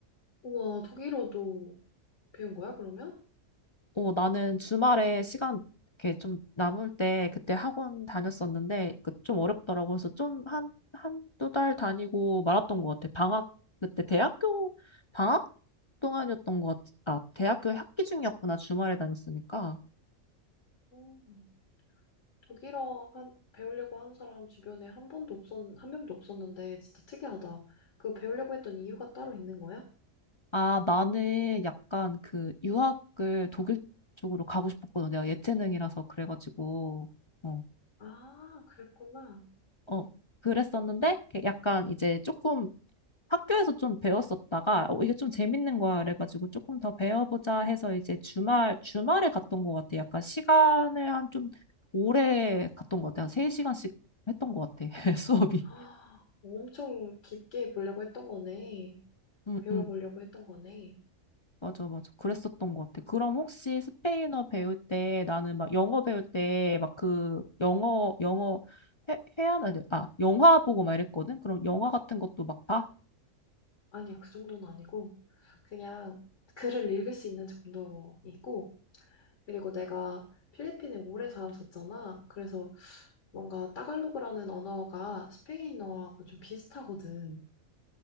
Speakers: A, on the left (about 65°); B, on the left (about 35°).
A: 우와, 독일어도 배운 거야, 그러면?
B: 어, 나는 주말에 시간 이렇게 좀 남을 때 그때 학원 다녔었는데 그 좀 어렵더라고. 그래서 좀 한, 한두 달 다니고 말았던 것 같아. 방학, 그때 대학교 방학 동안이었던 것 같아. 아, 대학교 학기 중이었구나. 주말에 다녔으니까.
A: 음, 독일어 한, 배우려고 하는 사람 주변에 한 번도 없었, 한 명도 없었는데 진짜 특이하다. 그 배우려고 했던 이유가 따로 있는 거야?
B: 아, 나는 약간 그 유학을 독일 쪽으로 가고 싶었거든. 내가 예체능이라서 그래가지고, 어,
A: 아, 그랬구나.
B: 어, 그랬었는데, 이렇게 약간 이제 조금 학교에서 좀 배웠었다가, 어, 이게 좀 재밌는 거야. 그래가지고 조금 더 배워보자 해서 이제 주말, 주말에 갔던 것 같아. 약간 시간을 한 좀 오래 갔던 것 같아. 한 세 시간씩 했던 것 같아. <laughs>
A: <gasps>
B: 수업이.
A: 아, 엄청 깊게 보려고 했던 거네.
B: 응,
A: 배워보려고
B: 응.
A: 했던 거네.
B: 맞아, 맞아. 그랬었던 것 같아. 그럼 혹시 스페인어 배울 때 나는 막 영어 배울 때 막 그 영어, 영어 회, 회화나, 아, 영화 보고 막 이랬거든? 그럼 영화 같은 것도 막 봐?
A: 아니요, 그 정도는 아니고, 그냥 글을 읽을 수 있는 정도이고, 그리고 내가 필리핀에 오래 살았었잖아. 그래서 뭔가 따갈로그라는 언어가 스페인어하고 좀 비슷하거든.